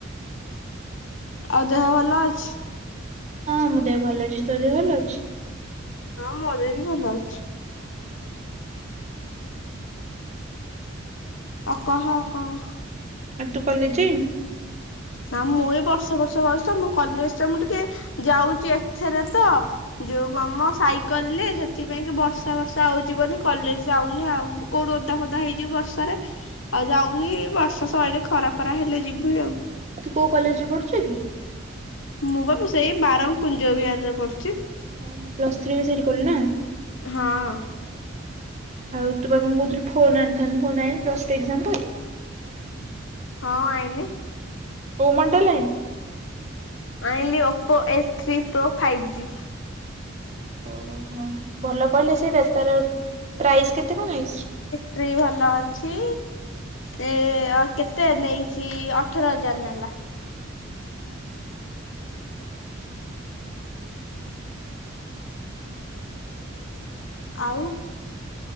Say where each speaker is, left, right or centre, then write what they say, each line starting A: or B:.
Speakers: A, on the left (about 70°); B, on the right (about 35°).
A: ଆଉ ଦେହ ଭଲ ଅଛି?
B: ହଁ, ମୋ ଦେହ ଭଲ ଅଛି। ତୋର ଦେହ ଭଲ ଅଛି?
A: ହଁ ମୋ ଦେହ ବି ଭଲ ଅଛି। ଆଉ କହ କଣ?
B: ଆଉ ତୁ କଲେଜ ଯାଇନୁ?
A: ନା ମୁଁ ଏ ବର୍ଷ ବର୍ଷ ବୟସ, ମୁଁ କଲେଜ ଟା ମୁଁ ଟିକେ ଯାଉଛି ଏଥରେ ତ ଯୋଉ କମ ସାଇକେଲ ରେ ସେଥିପାଇଁ କି ବର୍ଷା ବର୍ଷା ହଉଛି ବୋଲି କଲେଜ ଯାଉନି ଆଉ। କୋଉଠୁ ଓଦା ଫଦା ହେଇଯିବି ବର୍ଷାରେ, ଆଉ ଯାଉନି ବର୍ଷା ସଇଲେ ଖରା ଫରା ହେଲେ ଯିବି ଆଉ।
B: ତୁ କୋଉ କଲେଜରେ ପଢୁଛୁ କି?
A: ମୁଁ ବା ମୁଁ ସେଇ ବାର କୁଞ୍ଜ ବିହାରରେ ପଡିୁଛି।
B: ଓ ହୋ ପ୍ଲସ ଥ୍ରୀ ବି ସେଠି କିଲ ନା।
A: ହଁ।
B: ଆଉ ତୁ ବା କଣ କହୁଥିଲୁ ଫୋନ ଆଣିଥାନ୍ତୁ ଫୋନ ଆନିଲୁ ପ୍ଲସ ଥ୍ରି ଏକ୍ସାମ ପରେ?
A: ହଁ ଆଇଲି।
B: କୋଉ ମଡେଲାଇନ?
A: ଆଣିଲି Oppo A three pro five G.
B: ଓହୋ ହଁ ଭଲ ପଇଲେ ସେଇଟା ତାର ପ୍ରାଇସ୍ କେତେ କଣ ଆଇଛି?
A: ଟ୍ରି ଭଲ ଅଛି। ଏ ଆ କେତେ ନେଇଛି ଅଠର ହଜାର ନେଲା।
B: ହୁଁ ହୁଁ।
A: ଆଉ।